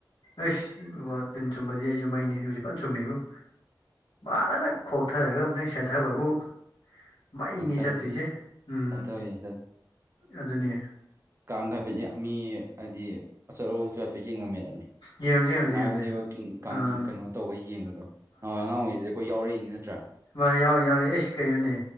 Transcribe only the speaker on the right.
ꯆꯥꯊꯔ
ꯆꯥꯊꯕ ꯌꯥꯏ
ꯀꯥꯡꯒ ꯐꯖꯩ ꯃꯤ ꯍꯥꯏꯗꯤ ꯑꯆꯠ ꯑꯋꯣꯛꯁꯨ ꯍꯥꯏꯄꯦꯠ ꯌꯦꯡꯉꯝꯃꯦꯗꯅꯥ
ꯅꯨꯡꯉꯥꯏꯕꯅꯦꯕ
ꯀꯤꯡ ꯀꯥꯡ
ꯆꯤꯡ ꯀꯩꯅꯣ ꯇꯧꯕꯩ ꯌꯦꯡꯕꯗꯣ ꯅꯍꯟꯋꯥꯏ ꯑꯉꯥꯡ ꯑꯣꯏꯔꯤꯉꯩꯗꯗꯤ ꯑꯈꯣꯏ ꯌꯥꯎꯔꯛꯏꯅꯤ ꯅꯠꯇ꯭ꯔꯥ